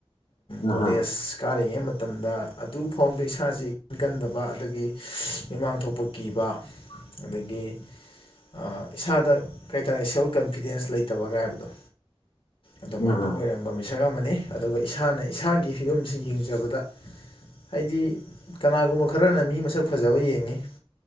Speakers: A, on the left; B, on the left.
A: ꯀꯣꯂꯦꯖ
B: ꯑꯍꯥ
A: ꯀꯥꯔꯤꯉꯩ ꯃꯇꯝ ꯃꯇꯝꯗ ꯑꯗꯨꯐꯥꯎꯗ ꯏꯁꯁꯤ ꯏꯟ ꯀꯟꯗꯕ ꯑꯗꯒꯤ ꯏꯃꯥꯡ ꯊꯣꯛꯄ ꯀꯤꯕ
B: <inaudible>
A: ꯑꯗꯒꯤ ꯑ ꯏꯁꯥꯗ ꯀꯩꯍꯥꯏꯇꯔꯦ ꯁꯦꯜꯐ ꯀꯟꯐꯤꯗꯦꯟꯁ ꯂꯩꯇꯕꯒ ꯍꯥꯏꯕꯗꯣ ꯑꯗꯨꯃꯥꯏꯅ
B: ꯑꯍꯥ
A: ꯑꯣꯏꯔꯝꯕ ꯃꯤꯁꯛ ꯑꯃꯅꯤ ꯑꯗꯨꯒ ꯏꯁꯥꯅ ꯏꯁꯥꯒꯤ ꯐꯤꯕꯝꯁꯤ ꯌꯦꯡꯖꯕꯗ ꯍꯥꯏꯗꯤ ꯀꯅꯥꯒꯨꯝꯕ ꯈꯔꯅ ꯃꯤ ꯃꯁꯛ ꯐꯖꯕ ꯌꯦꯡꯉꯤ